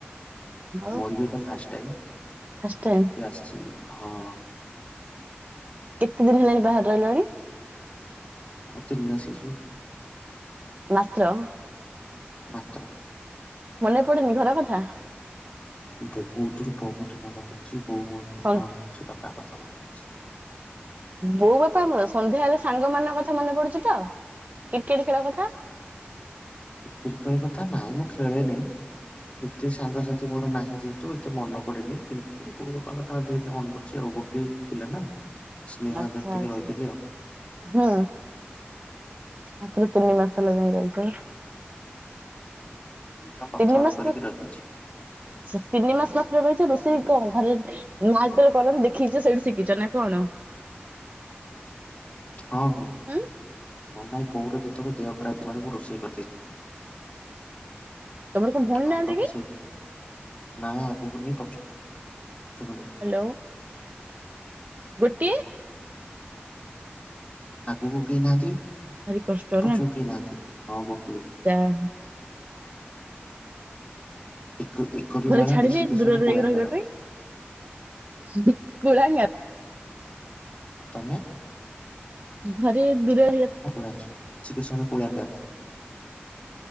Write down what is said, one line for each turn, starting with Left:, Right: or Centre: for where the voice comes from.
Right: ଆଉ
Left: ମୋର ବି ଏଇଟା ଫାଷ୍ଟ ଟାଇମ।
Right: ଫାଷ୍ଟ ଟାଇମ୍
Left: ମୁଁ ଆସିଛି ହଁ
Right: କେତେ ଦିନ ହେଲାଣି ବାହାରେ ରହିଲଣି?
Left: ହ ତିନି ମାସ ହେଇ ଯିବ।
Right: ମାତ୍ର?
Left: ମାତ୍ର
Right: ମନେ ପଡେନି ଘର କଥା?
Left: ବହୁତ ରୁ ବହୁତ ମନେ ପଡୁଛି। ବୋଉ ମୋ କଥା
Right: ସନ୍
Left: ମନେ ପଡୁଛି, ବାପାଙ୍କ କଥା ମନେ ପଡୁଛି।
Right: ବୋଉ ବାପା ଆମର ସନ୍ଧ୍ୟା ହେଲେ ସାଙ୍ଗ ମାନଙ୍କ କଥା ମନେ ପଡୁଛି ତ! କ୍ରିକେଟ ଖେଳ କଥା?
Left: କ୍ରିକେଟ୍ ଖେଳ କଥା। ନାଇଁ ମୁଁ ଖେଳେନେଇ ଏତେ ସାଙ୍ଗସା ମୋର ନାହିଁ ଯେହେତୁ ଏତେ ମନେ ପଡ଼େନି କିନ୍ତୁ ବୋଉ ବାପା କଥା ଅଧିକ ଟିକେ ମନେ ପଡୁଛି ଆଉ ଗୋଟିଏ ପିଲା ନା। ସ୍ନେହ
Right: ଆଚ୍ଛା
Left: ଆଦର ଟିକେ
Right: ଆଚ୍ଛା
Left: ରହିଥିଲି ଆଉ।
Right: ହୁଁ ଆଗରେ ତିନି ମାସ ହେଲା ଯାଇ ରହିଛି।
Left: ପୁରା
Right: ତିନି
Left: ପଥର
Right: ମା
Left: କରିକି ରଖିଛି
Right: ଆଛା ତିନି ମାସ ମାତ୍ର ରହିଛି ରୋଷେଇ କଣ ଘରେ ମାଆ ଯେତେବେଳେ କରନ୍ତି, ଦେଖିଛ ସେଇଠୁ ଶିଖିଛ ନା କଣ?
Left: ହଁ।
Right: ଉଁ
Left: ହଉ ନାଇଁ ବୋଉର ଯେତେବେଳେ ଦେହ ଖରାପ ଥାଏ ତ ମୁଁ ରୋଷେଇ କରିଦିଏ।
Right: ତମର କଣ ଭଉଣୀ
Left: ଆ
Right: ନାହାନ୍ତି
Left: ତାକୁୁ
Right: କି?
Left: ସେଇକି ନାଇ ଆଗକୁ ନାହିଁ ପଛ ପଛକୁ ନାହିଁ।
Right: ହ୍ୟାଲୋ। ଗୋଟିଏ
Left: ଆଗକୁ କେହି ନାହାନ୍ତି,
Right: ଭାରି କଷ୍ଟ
Left: ପଛକୁ
Right: ନା
Left: କେହି ନାହାନ୍ତି। ହଁ ଗୋଟିଏ।
Right: ଯା ହୋଉ।
Left: ଏକ ଏକଟି
Right: ଘରେ
Left: ମାଳା
Right: ଛାଡିଲେ
Left: ବିଶିକେଶନ
Right: ଦୂରରେ
Left: କୁଳାଙ୍ଗାର
Right: ଯାଇକି ରହିବା ପାଇଁ କୁଳାଗ୍ନାର।
Left: ତମେ
Right: ଘରେ ଦୂର
Left: ହପ ଚିକିତ୍ସନ ପଙ୍କାର୍ <unintelligible>